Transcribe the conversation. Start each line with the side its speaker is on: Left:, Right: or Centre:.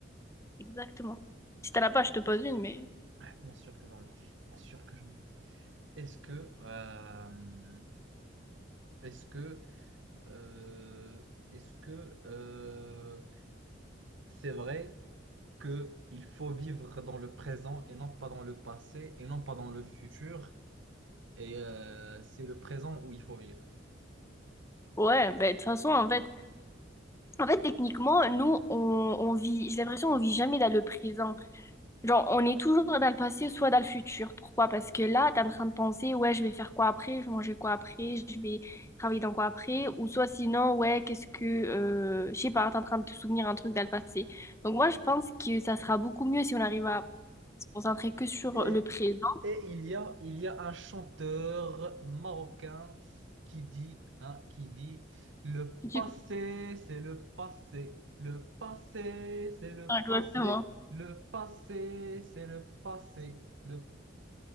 Left: exactement. Si t'en as pas, je te pose une, mais...
Right: Ah, Bien sûr que j'en ai, bien sûr que j'en ai. Est-ce que... euh, Est-ce que... euh, Est-ce que... euh, C'est vrai que il faut vivre dans le présent et non pas dans le passé et non pas dans le futur. Et euh, c'est le présent où il faut vivre.
Left: Ouais, ben, de toute façon, en fait... En fait, techniquement, nous, on, on vit... J'ai l'impression qu'on vit jamais dans le présent. Genre, on est toujours dans le passé, soit dans le futur. Pourquoi? Parce que là, t'es en train de penser, ouais, je vais faire quoi après, je vais manger quoi après, je vais travailler dans quoi après, ou soit sinon, ouais, qu'est-ce que, euh, je sais pas, t'es en train de te souvenir un truc dans le passé. Donc moi, je pense que ça sera beaucoup mieux si on arrive à se concentrer que sur
Right: Et,
Left: le présent.
Right: et il y a, il y a un chanteur marocain qui dit, hein, qui dit, le
Left: Du
Right: passé,
Left: coup,
Right: c'est le passé, le passé, c'est le
Left: exactement.
Right: passé, le passé, c'est le passé, le